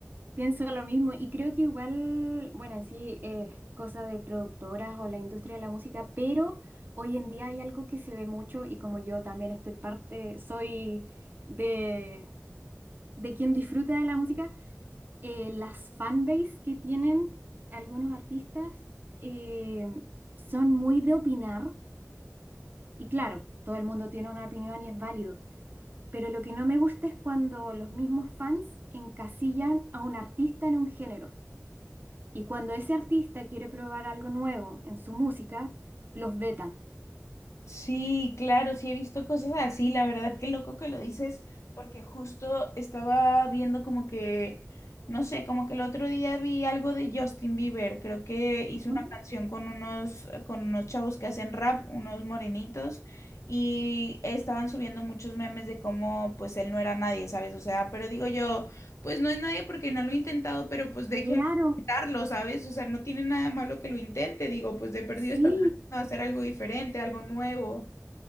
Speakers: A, on the right; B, on the left.
A: Pienso lo mismo y creo que igual, bueno, en sí es cosa de productoras o la industria de la música, pero hoy en día hay algo que se ve mucho y como yo también estoy parte, soy de, de quien disfruta de la música, eh, las fanbase que tienen algunos artistas eh, son muy de opinar y claro, todo el mundo tiene una opinión y es válido, pero lo que no me gusta es cuando los mismos fans encasillan a un artista en un género. Y cuando ese artista quiere probar algo nuevo en su música, los vetan.
B: Sí, claro, sí he visto cosas así, la verdad qué loco que lo dices, porque justo estaba viendo como que, no sé, como que el otro día vi algo de Justin Bieber, creo que hizo una
A: Ujú.
B: canción con unos, con unos chavos que hacen rap, unos morenitos, y estaban subiendo muchos memes de cómo pues él no era nadie, ¿sabes? O sea, pero digo yo, pues no es nadie porque no lo he intentado, pero pues déjenlo
A: Claro,
B: intentarlo, ¿sabes? O sea, no tiene nada malo que lo intente, digo, pues de perdido
A: sí.
B: no, hacer algo diferente, algo nuevo,